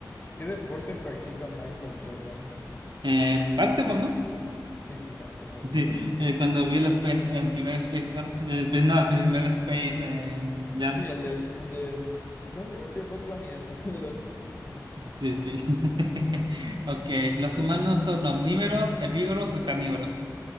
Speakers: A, on the left; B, on the right.
A: ¿Qué deporte practica Michael Jordan?
B: Eh, básquetbol, ¿no? <laughs>
A: Sí, sí, básquetbol,
B: Sí,
A: muy bien.
B: eh, cuando vi el, space, el primer Space Ball, eh, pues, no, el primer Space eh, Jam.
A: Sí, el de, el de, ¿cómo se llama? El de Bugs Bunny, eso, <laughs> de los Looney Tunes.
B: Sí, sí. <laughs> Ok, ¿los humanos son omnívoros, herbívoros o carnívoros?